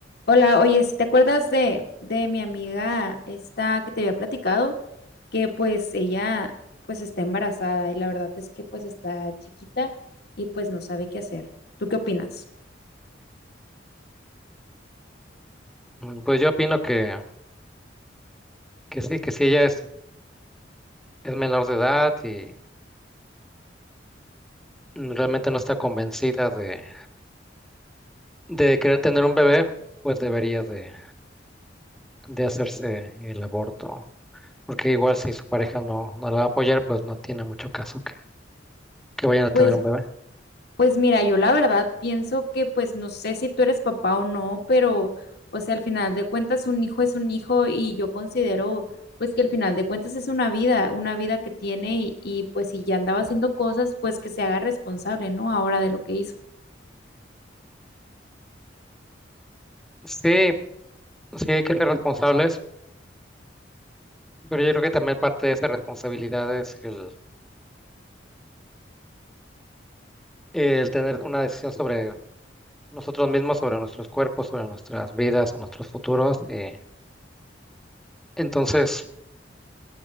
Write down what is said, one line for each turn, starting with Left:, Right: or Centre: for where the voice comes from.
Left: Hola, oye, si te acuerdas de, de mi amiga esta que te había platicado, que pues ella pues está embarazada y la verdad es que pues está chiquita y pues no sabe qué hacer. ¿Tú qué opinas?
Centre: Mm, Pues yo opino que, que sí, que si ella es, es menor de edad y mm, realmente no está convencida de, de querer tener un bebé, pues debería de, de hacerse el aborto. Porque igual si su pareja no, no la va a apoyar, pues no tiene mucho caso que, que vayan a tener
Left: Pues,
Centre: un bebé.
Left: pues mira, yo la verdad pienso que pues no sé si tú eres papá o no, pero o sea, al final de cuentas un hijo es un hijo y yo considero pues que al final de cuentas es una vida, una vida que tiene y, y pues si ya andaba haciendo cosas, pues que se haga responsable, ¿no? Ahora de lo que hizo.
Centre: Sí, sí hay que ser responsables, pero yo creo que también parte de esa responsabilidad es el, el tener una decisión sobre nosotros mismos, sobre nuestros cuerpos, sobre nuestras vidas, o nuestros futuros. eh, entonces...